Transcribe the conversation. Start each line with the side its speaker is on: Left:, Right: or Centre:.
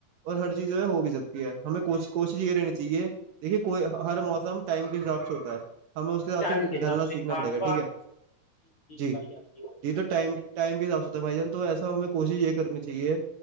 Right: اور ہر چیز جو ہے ہو بھی سکتی ہے ہمیں کو کوشش یہ رہنی چاہیے دیکھیے کوئی ہر موسم ٹائم کے حساب سے ہوتا ہے ہمیں اس کے حساب
Left: ٹائم
Right: سے
Left: حساب
Right: ڈھلنا سیکھنا
Left: سے کھان
Right: پڑے گا
Left: پان
Right: ٹھیک ہے جی
Left: بھائی جان بھائی
Right: جی
Left: جان
Right: تو ٹم ٹائم کے حساب سے ہوتا بھائی جان تو ایسا ہمیں کوشش یہ کرنی چاہیے